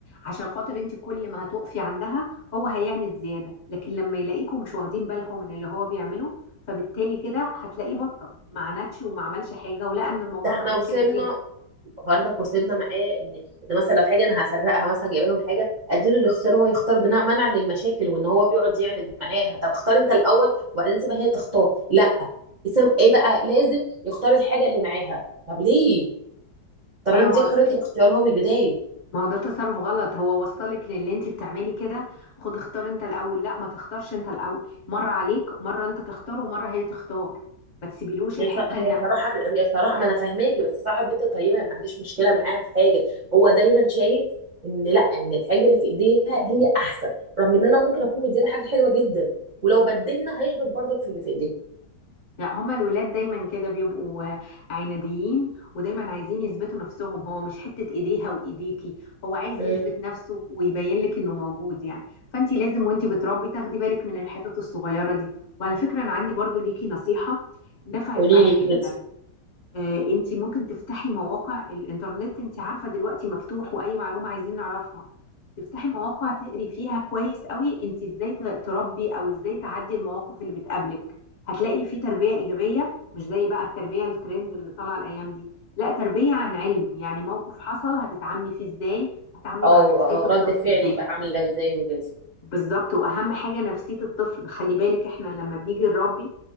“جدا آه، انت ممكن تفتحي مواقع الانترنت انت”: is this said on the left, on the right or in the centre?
Left